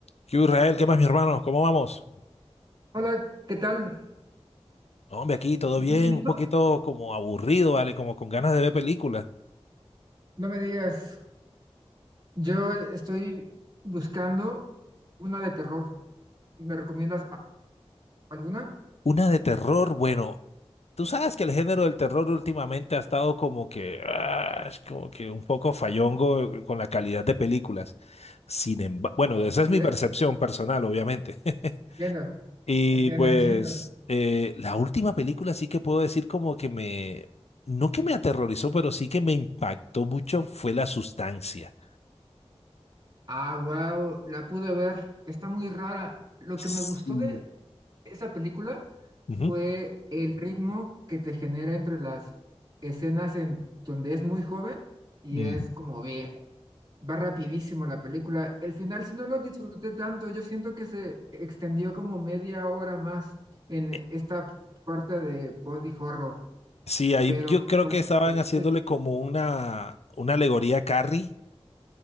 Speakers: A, on the left (about 75°); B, on the right (about 40°).
A: ¿Qué hubo, Israel? ¿Qué más, mi hermano? ¿Cómo vamos?
B: Hola, ¿qué tal?
A: No, Hombre, aquí todo
B: Muy
A: bien,
B: bien, ¿y
A: un
B: tú?
A: poquito como aburrido, ¿vale? Como con ganas de ver películas.
B: No me digas, yo estoy buscando una de terror. ¿Me recomiendas a- alguna?
A: Una de terror, bueno, tú sabes que el género del terror últimamente ha estado como que, ah, es como que un poco fallongo eh, eh, con la calidad de películas. Sin embargo, bueno, esa
B: Ok,
A: es mi percepción personal, obviamente. <laughs>
B: entiendo,
A: Y
B: entiendo,
A: pues
B: entiendo.
A: eh, la última película sí que puedo decir como que me, no que me aterrorizó, pero sí que me impactó mucho fue La Sustancia.
B: Ah, wow, la pude ver. Está muy rara. Lo
A: Sí.
B: que me gustó de esa película
A: Ujú.
B: fue el ritmo que te genera entre las escenas en donde es muy joven y
A: Mm.
B: es como viejo. va rapidísimo la película. El final, si no lo disfruté tanto, yo siento que se extendió como media hora más en
A: Eh,
B: esta parte de body horror,
A: Sí, ahí
B: pero...
A: yo creo que estaban haciéndole
B: eh,
A: como una, una alegoría a Carrie,